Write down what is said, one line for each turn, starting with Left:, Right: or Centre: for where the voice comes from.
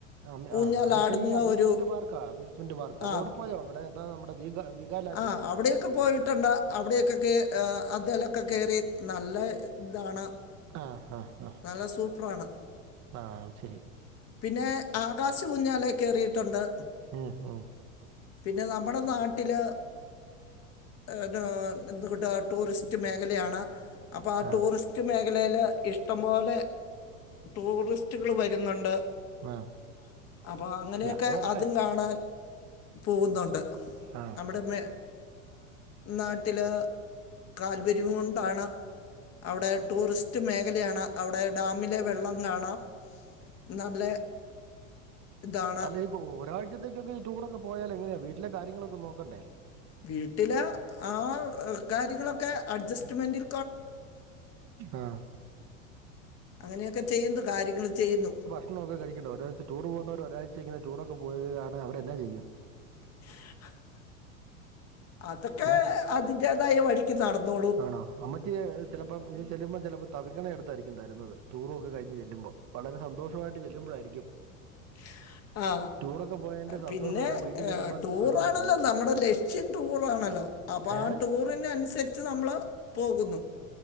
Right: അ
Left: ഊഞ്ഞാലാടുന്ന
Right: ആ അതൊക്കെഈ അമ്യൂസ്മെന്റ്
Left: ഒരു
Right: പാർക്കാ അമ്യൂസ്മെന്റ് പാർക്ക് അതെവിടെ
Left: ആ
Right: പോയോ ഇവിടെ എന്താ നമ്മ വീഗ വീഗാലാൻഡ്
Left: ആ അവിടെക്കെ പോയിട്ടണ്ട അവിടെയൊക്കൊക്ക അതിലൊക്കെ കയറി നല്ല ഇതാണ്.
Right: ആഹ ആഹ ആഹ
Left: നല്ല സൂപ്പറാണ്.
Right: ആഹ അ ശരി
Left: പിന്നെ ആകാശ കുഊഞ്ഞാലേ കയറിയിട്ടുണ്ട്
Right: ആഹ ആഹ <unintelligible>
Left: പിന്നെ നമ്മുടെ നാട്ടില് എ കിട്ട് ടൂറിസ്റ്റ് മേഖലയാണ് അപ്പൊ ആ
Right: ആഹ്
Left: ടൂറിസ്റ്റ് മേഖലയില് ഇഷ ഇഷ്ടംപോലെ ടൂറിസ്റ്റുകൾ വരുന്നുണ്ട്
Right: ആഹ്
Left: അപ്പൊ അങ്ങനെയൊക്കെ
Right: അല്ല അവര് വരട്ടെ
Left: അതും കാണാൻ പോകുന്നുണ്ട്
Right: ആഹ്
Left: നമ്മുടെ മ നാട്ടില് കാല്പര്യവും കൊണ്ടാണ് അവിടെ ടൂറിസ്റ്റ് മേഖലയാണ്. അവിടെ ഡാമിലെ വെള്ളം കാണാം നല്ല ഇതാണ്
Right: അല്ല ഒരാഴ്ചത്തേക്കൊക്കെ ഈ ടൂറൊക്കെ പോയാൽ എങ്ങനെയാ വീട്ടിലെ കാര്യങ്ങളൊക്കെ നോക്കണ്ടേ?
Left: വീട്ടില ആ കാര്യങ്ങളൊക്കെ അഡ്ജസ്റ്റ്മെന്റിൽ
Right: ആ
Left: അങ്ങനെയൊക്കെ ചെയ്യുന്നു കാര്യങ്ങൾ ചെയ്യുന്നു.
Right: പ്രമ ഒക്കെ കഴിക്കണ്ട ഒരാഴ് ടൂർ പോകവ ഒരാഴ്ച ഇങ്ങന ടൂറൊക്കെ പോയാണ് അവരെന്നാ ചെയ്യും?
Left: <inaudible> അതൊക്കെ
Right: ഏഹ്
Left: അതിൻന്റേതായ വഴിക്ക് നടന്നോളൂ
Right: ആണോ അമ്മറ്റ ചിലപ്പോ ചെല്ലുമോൾ ചിലപ്പോ തവിിക്കണ എടുത്തായിരിക്കും തരുന്നത്ടൂറ ഒക്കെ കഴഞ്ഞ് ചെല്ലുമ്പോ വളരെ സന്തോഷമായിട്ട് ചെല്ലുമ്പോഴായിരിക്കും
Left: ഉ <unintelligible> ആ
Right: ടൂറൊക്കെ പോയതിന്റെ
Left: പിന്നെ
Right: സന്തോഷം എല്ലാം വീട്ടിൽ ചെല്ലുമ്പോൾ
Left: ടൂറാണല്ലോ
Right: ഒക്കെ അങ്ങ് പോകും
Left: നമ്മുടെ ലക്ഷ്യൻ ടൂറാണല്ലോ? അപ്പൊ
Right: ഏഹ്
Left: ആ ടൂറിന് അനുസരിച്ച് നമ്മൾ പോകുന്നു